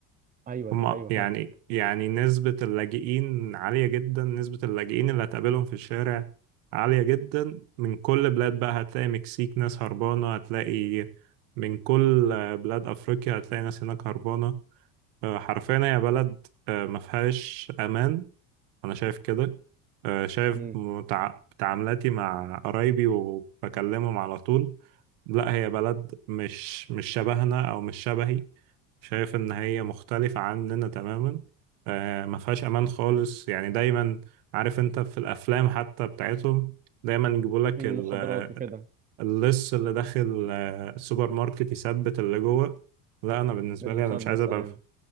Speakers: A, on the right; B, on the right.
A: ايوه
B: هم
A: ايوه
B: يعني
A: فاهمك
B: يعني نسبه اللاجئين عاليه جدا نسبه اللاجئين اللي هتقابلهم في الشارع عاليه جدا من كل بلاد بقى هتلاقي مكسيك ناس هربانه هتلاقي من كل آه، بلاد افريقيا هتلاقي ناس هناك هربانه آه، حرفيا هي بلد آه، ما فيهاش امان انا شايف كده آه، شايف
A: امم
B: متع- تعاملاتي مع قرايبي وبكلمهم على طول لا هي بلد مش مش شبهنا او مش شبهي شايف ان هي مختلفة عننا تماما آه، ما فيهاش امان خالص يعني دايما عارف انت في الافلام حتى بتاعتهم دايما يجيبوا لك
A: مخدرات
B: ال-
A: وكده
B: اللص اللي داخل آه، السوبر ماركت يثبت اللي جوه لا انا بالنسبة
A: بالمسدس
B: لي انا مش عايز ابقى
A: ايوه